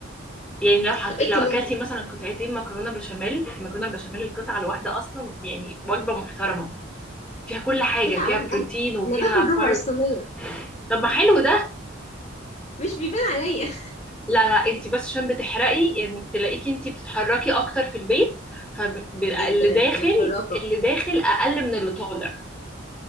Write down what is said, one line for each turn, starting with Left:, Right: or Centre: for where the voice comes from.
Centre: يعني لو حط...
Left: طب ايه
Centre: لو
Left: الكميه
Centre: اكلتي
Left: دي؟
Centre: مثلا قطعتين مكرونه بشاميل المكرونه البشاميل القطعه الواحده اصلا يعني وجبه محترمه فيها كل حاجه
Left: قطعه
Centre: فيها
Left: واحده
Centre: بروتين
Left: انا
Centre: وفيها
Left: أنا باكل ربع
Centre: كارب
Left: الصينيه
Centre: طب ما حلو ده
Left: مش بيبان عليا
Centre: لا لا انت بس عشان بتحرقي يعني تلاقيكي انت بتتحركي اكتر في البيت فاللي
Left: <laughs> جدا
Centre: داخل
Left: انا فراقة
Centre: اللي داخل اقل من اللي طالع